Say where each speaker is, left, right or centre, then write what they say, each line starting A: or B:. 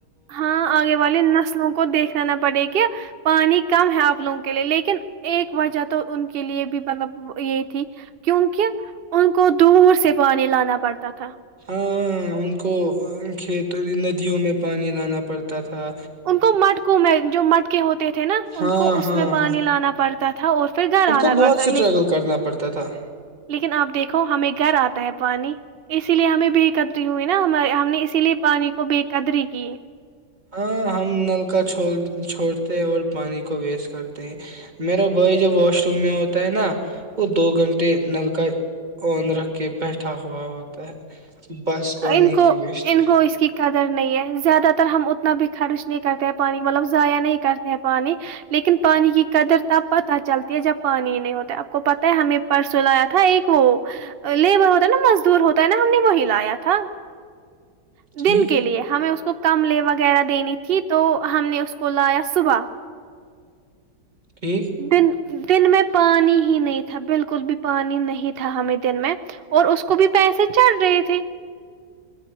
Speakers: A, on the right; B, on the right.
A: ہاں آگے والے نسلوں کو دیکھنا نہ پڑے کہ پانی کم ہے آپ لوگوں کے لیے لیکن ایک وجہ تو ان کے لیے بھی مطلب یہ تھی کیونکہ ان کو دور سے پانی لانا پڑتا تھا
B: ہاں ان کو کھیت ندیوں میں پانی لانا پڑتا تھا
A: ان کو مٹکوں میں جو مٹکے ہوتے تھے نا
B: ہاں
A: ان کو اس
B: ہاں
A: میں پانی
B: ہاں
A: لانا پڑتا تھا اور پھر گھر
B: ان
A: آنا
B: کو
A: پڑتا
B: بہت اسٹرگل کرنا پڑتا تھا
A: لیکن آپ دیکھو ہمیں گھر آتا ہے پانی اسی لیے ہمیں بے قدری ہوئی نا ہمے ہم نے اسی لیے پانی کو بے قدری کی
B: ہاں ہم نل کا چھوڑتے ہیں اور پانی کو ویسٹ کرتے ہیں میرا بھائی جوب واش روم میں ہوتا ہے نا وہ دو گھنٹے نل کا آن رکھ کے بیٹھا ہوا ہوتا ہے بس پانی
A: ان کو
B: کی ویسٹ
A: ان کو اس کی قدر نہیں ہے زیادہ تر ہم اتنا بھی خرچ نہیں کرتے ہیں پانی مطلب ضائع نہیں کرتے ہیں پانی لیکن پانی کی قدر تب پتہ چلتی ہے جب پانی نہیں ہوتا آپ کو پتہ ہے ہمیں پرسوں لایا تھا ایک وہ لیبر ہوتا ہے نا مزدور ہوتا ہے نا ہم نے وہی لایا تھا تھا <unintelligible>
B: ٹھیک
A: دن کے لیے ہمیں اس کو <unintelligible> کملے وغیرہ دینی تھی تو ہم نے اس کو لایا صبح
B: ٹھیک
A: دن دن میں پانی ہی نہیں تھا بالکل بھی پانی نہیں تھا ہمیں دن میں اور اس کو بھی پیسے چڑھ رہے تھے